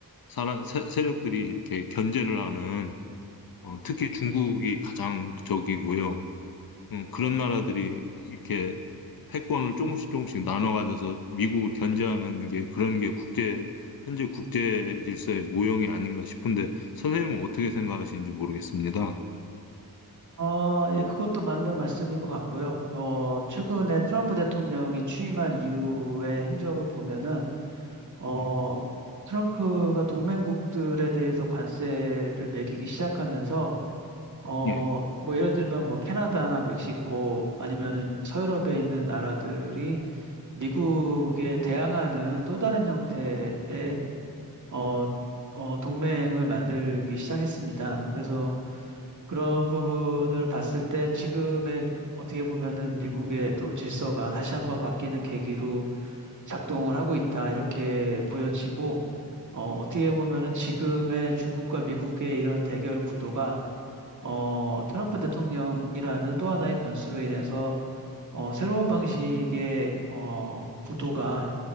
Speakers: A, on the left; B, on the right.
A: 사람, 세, 세력들이 이렇게 견제를 하는, 어, 특히 중국이 가장 적이고요. 음, 그런 나라들이 이렇게 패권을 조금씩 조금씩 나눠 가져서 미국을 견제하는 게 그런 게 국제, 현재 국제 질서의 모형이 아닌가 싶은데 선생님은 어떻게 생각하시는지 모르겠습니다.
B: 어, 예, 그것도 맞는 말씀인 것 같고요. 어, 최근에 트럼프 대통령이 취임한 이후의 행적을 보면은, 어,
A: 예.
B: 트럼프가 동맹국들에 대해서 관세를 매기기 시작하면서, 어,
A: 예.
B: 뭐 예를 들면 뭐 캐나다나 멕시코 아니면은 서유럽에 있는 나라들이 미국에 대항하는 또 다른 형태의 어, 어, 동맹을 만들기 시작했습니다. 그래서 그런 부분을 봤을 때 지금의 미- 어떻게 보면은 미국의 또 질서가 다시 한번 바뀌는 계기로 작동을 하고 있다 이렇게 보여지고 어, 어떻게 보면은 지금의 중국과 미국의 이런 대결 구도가 어, 트럼프 대통령이라는 또 하나의 변수로 인해서 어, 새로운 방식의 어, 구도가